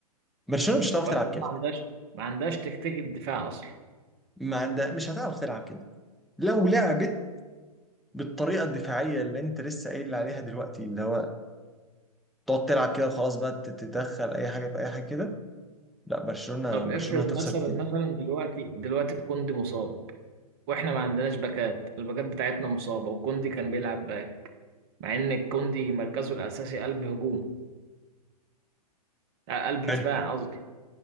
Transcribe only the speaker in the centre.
برشلونة مش هتعرف
تلعب كده
ما عندها مش هتعرف تلعب كده لو لعبت بالطريقة الدفاعية اللي انت لسه قايل لي عليها دلوقتي اللي هو تقعد تلعب كده وخلاص بقى تتدخل اي حاجة في اي حاجة كده لا برشلونة
برشلونة
هتخسر
كتير
حلو